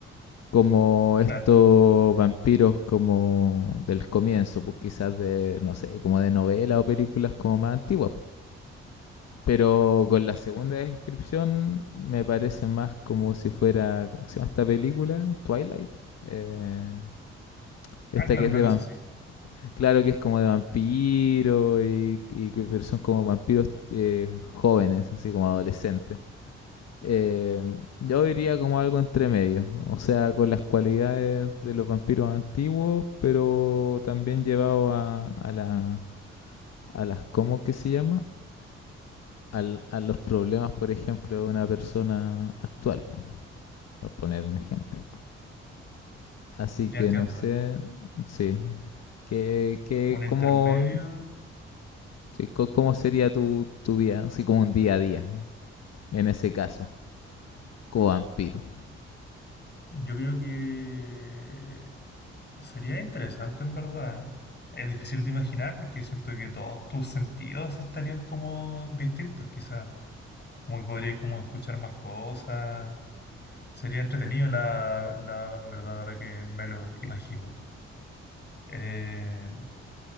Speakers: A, on the left (about 60°); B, on the left (about 35°).
A: Como estos
B: Claro.
A: vampiros como del comienzo, pues quizás de, no sé, como de novelas o películas como más antiguas. Pero con la segunda descripción me parece más como si fuera, ¿cómo se llama esta película? Twilight. Eh, esta
B: Ah, claro,
A: que es
B: una
A: de
B: cosa
A: vamp-
B: así.
A: Claro que es como de vampiro, y, y que- pero son como vampiros eh, jóvenes, así como adolescentes. Eh, yo diría como algo entre medio, o sea, con las cualidades de los vampiros antiguos, pero también llevado a, a, la, a las, ¿cómo que se llama? Al, a los problemas, por ejemplo, de una persona actual, por poner un ejemplo. Así
B: Ya
A: que
B: entiendo.
A: no sé, sí, que, que
B: Un intermedio,
A: como Sí, co- ¿Cómo sería tu, tu vida, así como un día a día, en ese caso, como vampiro?
B: yo creo que... Sería interesante en verdad. Es difícil de imaginar porque siento que todos tus sentidos estarían como distintos, quizás. Como que podrías como escuchar más cosas. Sería entretenido la, la verdad ahora que me lo imagino. Eh,